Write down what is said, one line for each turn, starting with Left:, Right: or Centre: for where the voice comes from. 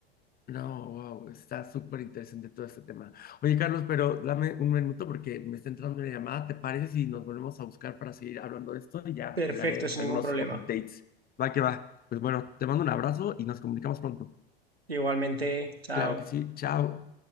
Left: No, wow, está súper interesante todo este tema. Oye, Carlos, pero dame un minuto porque me está entrando una llamada. ¿Te parece si nos volvemos a buscar para seguir hablando de esto? Y ya
Right: Perfecto,
Left: te daré
Right: sin
Left: algunos
Right: ningún problema.
Left: updates. Va que va. Pues bueno, te mando un abrazo y nos comunicamos pronto.
Right: Igualmente, chao.
Left: Claro que sí. Chao.